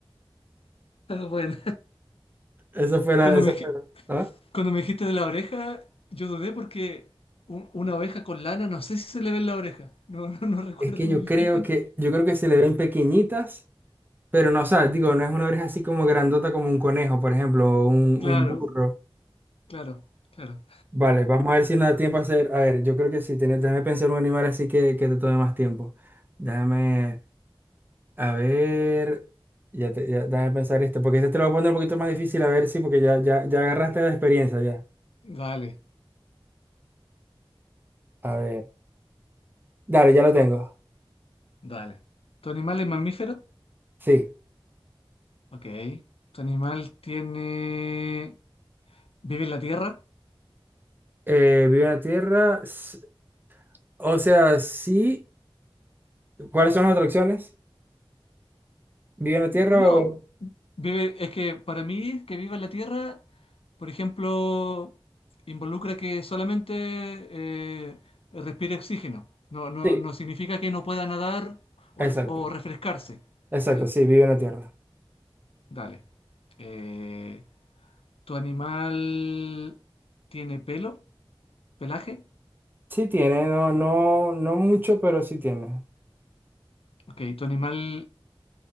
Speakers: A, on the left (about 80°); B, on the right (about 20°).
A: Bueno,
B: esa fue la,
A: cuando
B: esa
A: me,
B: fue
A: dij-
B: la- ¿ah?
A: cuando me dijiste de la oreja, yo dudé porque u- una oveja con lana, no sé si se le ve en la oreja. No, <laughs> no, no recuerdo
B: Es que yo
A: muy
B: creo
A: bien.
B: que, yo creo que se le ven pequeñitas Pero no, o sea, digo, no es una oreja así como grandota como un conejo, por ejemplo, o un,
A: Claro,
B: un burro.
A: claro, claro.
B: Vale, vamos a ver si nos da tiempo a hacer. A ver, yo creo que sí, tiene- déjame pensar un animal así que, que te tome más tiempo. Déjame, a ver, ya, te- ya- déjame pensar este, porque este te lo voy a poner un poquito más difícil, a ver, sí, porque ya, ya, ya agarraste la experiencia ya.
A: Dale,
B: A ver, dale, ya lo tengo.
A: dale. ¿Tu animal es mamífero?
B: Sí.
A: Ok. ¿Tu animal tiene... vive en la tierra?
B: Eh, vive en la tierra, s- o sea, sí. ¿Cuáles son las otras opciones ¿Vive en la tierra
A: No,
B: o...?
A: vive, es que para mí que viva en la Tierra, por ejemplo, involucra que solamente eh, respire oxígeno. No, no,
B: Sí.
A: no significa que no pueda nadar o, ref-
B: Exacto.
A: o refrescarse.
B: Exacto,
A: ¿Sí?
B: sí, vive en la Tierra.
A: Dale. Eh, ¿tu animal tiene pelo? ¿Pelaje?
B: Sí tiene, no, no, no mucho, pero sí tiene.
A: Ok, ¿tu animal